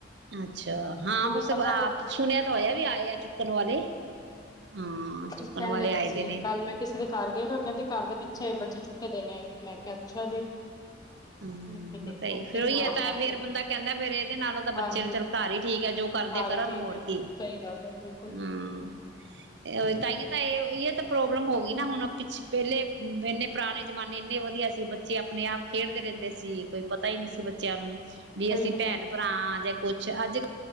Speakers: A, on the right; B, on the left.
A: ਅੱਛਾ, ਹਾਂ
B: ਹੁਣ
A: ਬਸ
B: ਪਤਾ
A: ਆਪ
B: ਨੀ
A: ਸੁਣਿਆ ਤਾਂ ਹੋਇਆ ਵੀ ਆਏ ਆ ਚੁੱਕਣ ਵਾਲੇ ਹਾਂ
B: ਕੀ
A: ਚੁੱਕਣ
B: ਕਹਿੰਦੇ
A: ਵਾਲੇ
B: ਪਏ
A: ਆਏ
B: ਸੀ
A: ਦੇ ਨੇ
B: ਕੱਲ ਮੈਂ ਕਿਸੇ ਦੇ ਘਰ ਗਈ ਨਾ ਕਹਿੰਦੀ ਘਰ ਦੇ ਪਿੱ ਛੇ ਬੱਚੇ ਚੁੱਕੇ ਗਏ ਨੇ, ਮੈਂ ਕਿਹਾ ਅੱਛਾ ਜੀ।
A: ਹਮ
B: ਮੈਂ ਕਿਹਾ ਦੇਖੋ
A: ਤੇ ਹੀ
B: ਕੀ
A: ਫੇਰ ਉਹੀ
B: ਮਾਹੌਲ
A: ਹੈ ਤਾਂ
B: ਆ
A: ਫੇਰ
B: ਗਿਆ।
A: ਬੰਦਾ ਕਹਿੰਦਾ ਫੇਰ ਇਹਦੇ ਨਾਲੋ ਤਾਂ ਬੱਚੇ
B: ਹਾਂਜੀ
A: ਚੱਲ ਘਰ ਹੀ ਠੀਕ ਆ ਜੋ ਕਰਦੇ
B: ਸਾਰੇ
A: ਆ ਕਰਨ
B: ਠੀਕ
A: ਹੋਰ
B: ਹੈ,
A: ਕੀ
B: ਸਹੀ ਗੱਲ ਹੈ ਬਿਲਕੁਲ,
A: ਹੁੰ ਤਾਂਹੀ ਤਾਂ ਇਹ ਇਹ ਤਾਂ ਪ੍ਰੋਬਲਮ ਹੋ ਗਈ ਨਾ ਹੁਣ ਪਿੱਛ ਪਹਿਲੇ ਇੰਨੇ ਪੁਰਾਣੇ ਜਮਾਨੇ ਇੰਨੇ ਵਧੀਆ ਸੀ ਬੱਚੇ ਆਪਣੇ ਆਪ ਖੇਡਦੇ ਰਹਿੰਦੇ ਸੀ ਕੋਈ ਪਤਾ ਹੀ ਨਹੀਂ ਸੀ ਬੱਚਿਆਂ ਨੂੰ ਵੀ
B: ਸਹੀ
A: ਅਸੀਂ
B: ਗੱਲ
A: ਭੈਣ ਭਰਾ ਹਾਂ ਜਾਂ ਕੁਛ ਅੱਜ ਕੱ